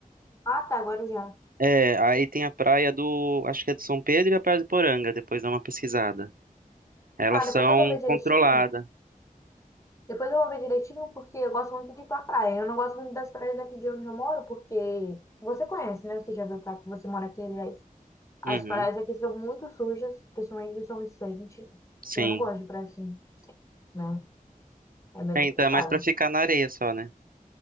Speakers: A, on the left (about 20°); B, on the right (about 75°).
A: Ah, tá, Guarujá
B: É, aí tem a praia do. Acho que é do São Pedro e a praia do Poranga. Depois dá uma pesquisada. Elas
A: Tá, depois
B: são
A: eu vou ver direitinho.
B: controladas.
A: Depois eu vou ver direitinho porque eu gosto muito de ir pra praia. Eu não gosto muito das praias daqui de onde eu moro porque você conhece, né? Você já viu pra que você mora aqui, aliás. As
B: Uhum,
A: praias aqui são muito sujas, principalmente de São Vicente.
B: sim.
A: E Eu não gosto de praia assim. né? É meio
B: É,
A: complicado.
B: então é mais pra ficar na areia só, né?